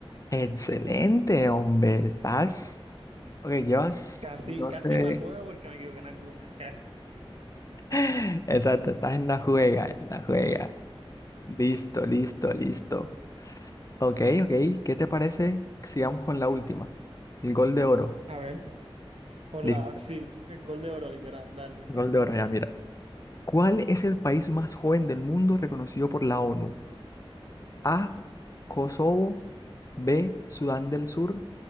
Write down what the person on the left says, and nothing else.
Excelente, hombre. Estás, ok, llevas,
no
sé,
<laughs> exacto, estás en la juega, en la juega. Listo, listo, listo. Ok, ok, ¿qué te parece? Sigamos con la última. El gol de oro.
Listo,
gol de oro, ya mira. ¿Cuál es el país más joven del mundo reconocido por la ONU? A, Kosovo. B, Sudán del Sur,